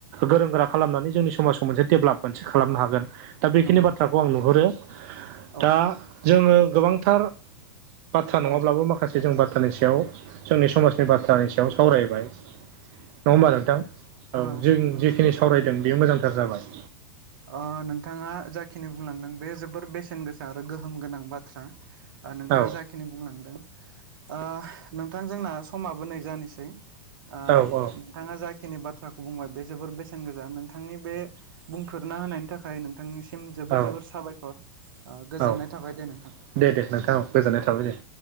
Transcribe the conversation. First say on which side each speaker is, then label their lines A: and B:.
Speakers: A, on the right; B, on the right.
A: गोरों गोरा खालामनानै जोंनि समाज खौ मोनसे डेभेलप मोनसे खालामनो हागोन दा बेखिनि
B: नंगौ
A: बाथ्राखौ आं नुहुरो
B: औ
A: दा जोङो गोबांथार बाथ्रा नङाब्लाबो
B: औ
A: मा खासे जों बाथ्रानि सायाव जोंनि समाजनि बाथ्रानि सायाव सावरायबाय। नङा होमबा नोंथां
B: ओ
A: औ जों
B: उम
A: जेखिनि सावरायदों बे मोजांथार जाबाय।
B: ओ नोंथाङा जाखिनि बुंलांदों बे जोबोर बेसेन गोसा आरो गोहोम गोनां बाथ्रा। ओ नोंथाङा
A: औ
B: जा खिनि बुंलांदों ओ नोंथां जोंना समाबो नै जानोसै। ओ
A: औ औ
B: नोंथाङा जाखिनि बाथ्राखौ बुंबाय बे जोबोर बेसेन गोजा नोंथांनि बे बुंफोरना होनायनि थाखाय नोंथांनिसिम जोबोर
A: औ
B: जोबोर साबायखर ओ गोजोननाय
A: औ
B: थाबाय दे नोंथां।
A: दे दे नोंथां औ गोजोननाय थाबाय दे।